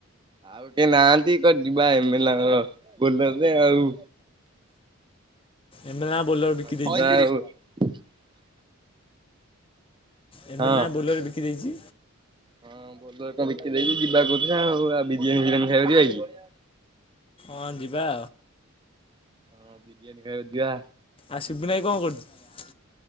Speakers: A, on the right (about 20°); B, on the left (about 25°).
A: ଆଉ କେହି ନାହାନ୍ତି କୁଆଡେ ଯିବା, ଏ ମେଲା ଘର ବୋଲରରେ ଆଉ
B: ଏମେନା ବୋଲର ବିକି ଦେଇଚି।
A: ହଁ ଯିବା <inaudible>
B: ଏମେଲେ
A: ହଁ,
B: ନା ବୋଲର ବିକି ଦେଇଛି
A: ହଁ ବଲୋର ଟା ବିକି ଦେଇଚି ଯିବା କ ବଢିଆ ହଉ ଆ ବିରିୟାନୀ ଫିରିୟାନୀ ଖାଇବାକୁ ଯିବା କି?
B: ହଁ ଯିବା।
A: ହଁ ବିରିୟାନୀ ଖାଇବାକୁ ଯିବା।
B: ଆଉ ସିପୁନୁ ଭାଇ କଣ କରୁଚୁ?